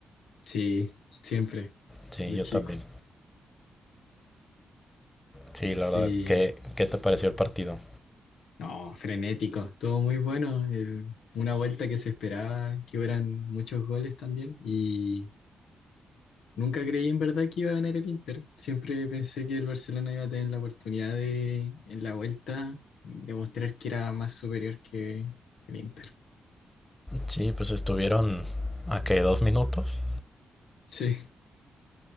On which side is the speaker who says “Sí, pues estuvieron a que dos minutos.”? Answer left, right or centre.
Left